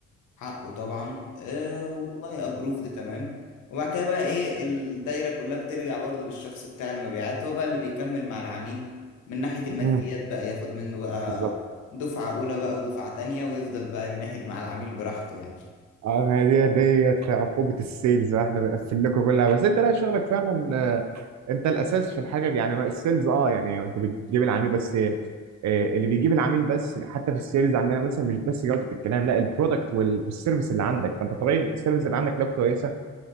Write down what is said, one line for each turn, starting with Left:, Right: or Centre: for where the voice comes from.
Left: حقه طبعا أه والله ابروف ده تمام وبعد كده بقى ايه الدايره كلها بترجع برضو للشخص بتاع المبيعات هو بقى اللي بيكمل مع العميل من ناحيه الماديات
Right: مم.
Left: بقى ياخد منه بقى
Right: بالظبط
Left: دفعه اولى بقى ودفعه تانية ويفضل بقى يناهد مع العميل براحته يعني
Right: اه ما هي دي ديت عقوبه السيلز بقى، احنا بنقفل لكم كلها بس انت لا شغلك فعلا آه، انت الاساس في الحاجه دي يعني ما- السيلز اه يعني انت بتجيب العميل بس آه، اللي بيجيب العميل بس حتى في السيلز عندنا مثلا مش بس جوده الكلام لا البرودكت وال- والسيرفيس اللي عندك فانت طبيعي السيرفيس اللي عندك لو كويسه